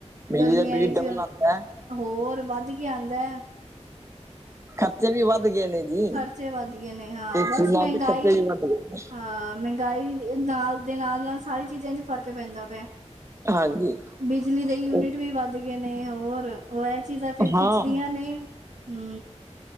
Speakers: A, on the right (about 25°); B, on the right (about 85°).
A: ਬਿਜਲੀ
B: ਗਰਮੀਆਂ
A: ਦਾ ਬਿੱਲ
B: ਵਿੱਚ
A: ਡਬਲ ਆਉਂਦਾ ਹੈ,
B: ਹੋਰ ਵੱਧ ਕੇ ਆਉਂਦਾ ਹੈ।
A: ਖਰਚੇ ਵੀ ਵੱਧ ਗਏ ਨੇ ਜੀ
B: ਖ਼ਰਚੇ ਵੱਧ ਗਏ ਨੇ ਹਾਂ
A: ਏਸੀ
B: ਬਸ
A: ਨਾਲ
B: ਮਹਿੰਗਾਈ
A: ਤੇ ਖਰਚੇ ਵੀ ਵੱਧ ਗਏ ਨੇ
B: ਹਾਂ ਮਹਿੰ ਗਾਈ ਨਾਲ ਦੇ ਨਾਲ ਨਾਲ ਸਾਰੀ ਚੀਜ਼ਾਂ ਚ ਫ਼ਰਕ ਪੈਂਦਾ ਪਿਆ।
A: ਹਾਂਜੀ
B: ਬਿਜਲੀ ਦੇ ਯੂਨਿਟ
A: ਉਹ
B: ਵੀ ਵੱਧ ਗਏ ਨੇ ਹੋਰ ਉਹ ਇਹ ਚੀਜ਼ਾਂ ਫਿਰ
A: ਹਾਂ
B: ਖਿੱਚਦੀਆਂ ਨੇ। ਹੂੰ